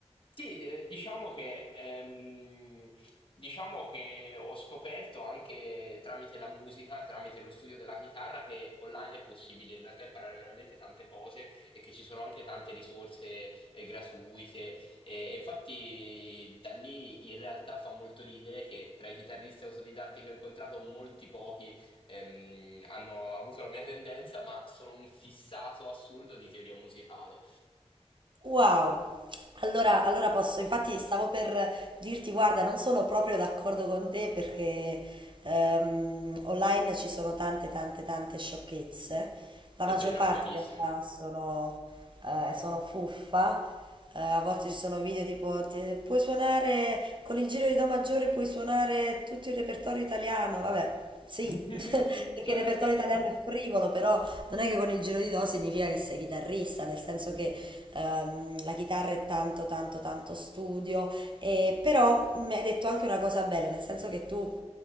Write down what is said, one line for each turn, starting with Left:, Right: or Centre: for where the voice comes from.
Left: Sì, eh, diciamo che, ehm, diciamo che ho scoperto anche tramite la musica, tramite lo studio della chitarra, che online è possibile in realtà imparare veramente tante cose e che ci sono anche tante risorse eh, gratuite. E, e infatti da lì in realtà fa molto ridere che tra i chitarristi autodidatti che ho incontrato molti pochi ehm, hanno avuto la mia tendenza, ma sono un fissato assurdo di teoria musicale.
Right: Wow! Allora, allora posso, infatti stavo per dirti, guarda, non sono proprio d'accordo con te perché ehm, online ci sono tante, tante, tante sciocchezze. La
Left: È
Right: maggior
Left: vero,
Right: parte
Left: è verissimo.
Right: in realtà sono, eh, sono fuffa, eh, a volte ci sono video tipo ti- puoi suonare con il giro di Do maggiore, puoi suonare tutto il repertorio italiano. Vabbè, sì,
Left: <laughs>
Right: <laughs> perché
Left: Certo,
Right: il repertorio
Left: certo.
Right: italiano è frivolo, però non è che con il giro di Do significa che sei chitarrista, nel senso che ehm, la chitarra è tanto, tanto, tanto studio. E, però mi hai detto anche una cosa bella, nel senso che tu.